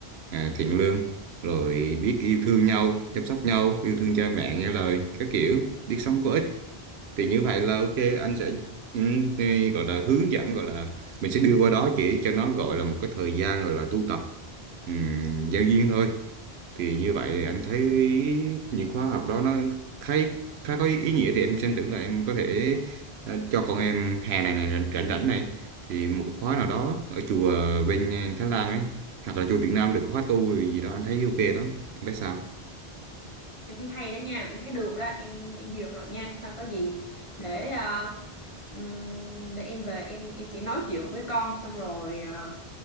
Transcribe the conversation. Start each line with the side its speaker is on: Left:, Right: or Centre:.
Right: à, thiện lương rồi biết yêu thương nhau chăm sóc nhau yêu thương cha mẹ nghe lời các kiểu biết sống có ích thì như vậy là ok anh sẽ ừm, thì gọi là hướng dẫn gọi là mình sẽ đưa qua đó chỉ cho nó gọi là một cái thời gian gọi là tu tập ừm, giao duyên thôi thì như vậy anh thấy những khóa học đó nó khá khá có ý nghĩa thì em xem thử là em có thể ờ, cho con em hè này này rảnh rảnh rảnh này thì một khóa nào đó ở chùa bên Thái Lan ấy hoặc là chùa Việt Nam được khóa tu gì đó anh thấy ok đó em thấy sao
Left: em thấy hay đó nha em thấy được đó em em duyệt rồi nha thôi có gì để ờ, ừm, để em về em em sẽ nói chuyện với con xong rồi ờ,